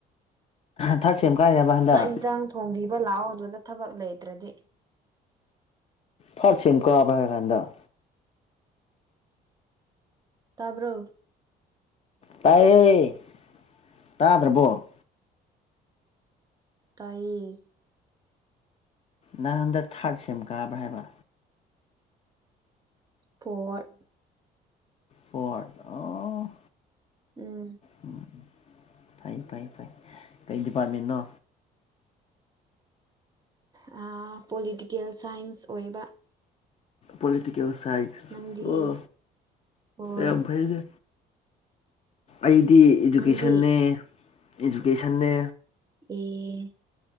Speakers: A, on the left; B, on the right.
A: ꯊꯥꯔꯠ ꯁꯦꯝ ꯀꯥꯏꯔꯕ ꯍꯟꯗꯛ
B: ꯆꯥꯛ ꯍꯤꯟꯖꯥꯡ ꯊꯣꯡꯕꯤꯕ ꯂꯥꯛꯑꯣ ꯑꯗꯨꯗ ꯊꯕꯛ ꯂꯩꯇ꯭ꯔꯗꯤ
A: ꯐꯠ ꯁꯦꯝ ꯀꯥꯕ ꯍꯥꯏꯔ ꯍꯟꯗꯛ
B: ꯇꯥꯕ꯭ꯔꯣ
A: ꯇꯥꯌꯦ ꯇꯥꯗ꯭ꯔꯕꯣ
B: ꯇꯥꯏꯌꯦ
A: ꯅꯪ ꯍꯟꯗꯛ ꯊꯥꯔꯠ ꯁꯦꯝ ꯀꯥꯕ꯭ꯔꯥ ꯍꯥꯏꯕ
B: ꯐꯣꯠ
A: ꯐ꯭ꯔꯣꯠ ꯑꯣ
B: ꯎꯝ
A: ꯎꯝ ꯐꯩ ꯐꯩ ꯐꯩ ꯀꯩ ꯗꯤꯄꯥꯔꯠꯃꯦꯟꯅꯣ
B: ꯍꯥ ꯄꯣꯂꯤꯇꯤꯀꯦꯜ ꯁꯥꯏꯟꯁ ꯑꯣꯏꯕ
A: ꯄꯣꯂꯤꯇꯀꯦꯜ ꯁꯥꯏꯟꯁ
B: ꯅꯪꯗꯤ
A: ꯑꯣ
B: ꯍꯣꯏ
A: ꯌꯥꯝ ꯐꯩꯅꯦ ꯑꯩꯗꯤ ꯏꯗꯨꯀꯦꯁꯟꯅꯦ
B: ꯅꯪꯗꯤ
A: ꯏꯗꯨꯀꯦꯁꯟꯅꯦ
B: ꯑꯦ